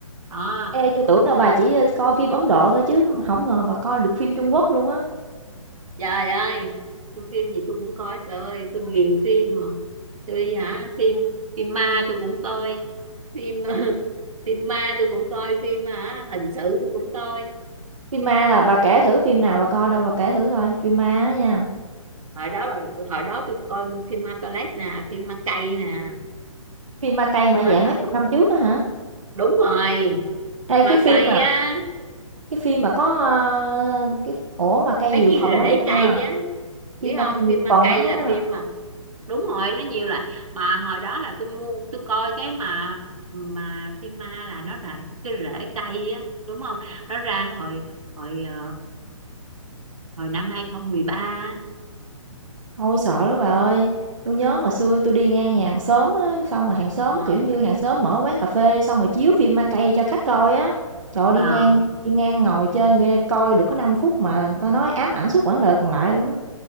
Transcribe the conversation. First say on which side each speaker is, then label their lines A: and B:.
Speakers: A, on the right (about 85°); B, on the right (about 65°).
A: Ờ,
B: Ê, tôi tưởng đâu bà chỉ, ơ, coi phim Ấn Độ thôi chứ không ngờ bà coi được phim Trung Quốc luôn á.
A: trời ơi tôi phim gì tôi cũng coi trời ơi tôi ghiền phim mà tôi hả phim phim ma tôi cũng coi phim <laughs> phim ma tôi cũng coi phim hả hình sự tôi cũng coi
B: Phim ma là bà kể thử phim nào bà coi đâu, bà kể thử coi, phim ma á nha.
A: hồi đó là hồi đó tôi coi phim ma toilet nè phim ma cây nè
B: Phim ma cay mà
A: hồi
B: dạng
A: đó
B: mấy chục năm trước á hả?
A: đúng rồi
B: hay
A: ma
B: cái phim
A: cây
B: mà
A: á
B: cái phim mà có, ơ, cái ổ mà ma cay
A: mấy
B: nhiều
A: cái
B: phần
A: rễ
B: lắm
A: cây
B: nha,
A: á biết
B: phim ma
A: không
B: cay nhiều
A: phim ma
B: phần
A: cây
B: lắm
A: là
B: á.
A: phim mà đúng rồi nó nhiều lại mà hồi đó là tôi mua tôi coi cái mà mà phim ma là nó là cái rễ cây á đúng không nó ra hồi hồi ờ, hồi năm 2013
B: Thôi sợ lắm bà ơi, tôi nhớ hồi xưa tôi đi ngang nhà hàng xóm á, xong rồi hàng xóm,
A: ờ
B: kiểu như, hàng xóm mở quán cà phê xong rồi chiếu phim ma cây cho khách coi á. Trời ơi, đi
A: ờ
B: ngang đi ngang ngồi chơi nghe coi được có 5 phút mà người ta nói ám ảnh suốt quãng đời còn lại luôn á.